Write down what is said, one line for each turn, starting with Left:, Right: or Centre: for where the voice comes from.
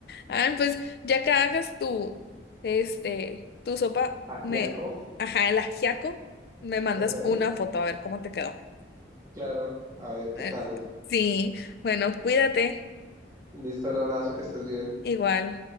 Left: Ah, pues ya que hagas tu, este, tu sopa,
Right: Ajiaco.
Left: me, ajá, el ajiaco, me mandas
Right: Ajá,
Left: una foto a ver cómo te quedó.
Right: claro, a ver qué
Left: Eh,
Right: tal.
Left: sí, bueno, cuídate,
Right: Listo, un abrazo, que estés bien.
Left: igual.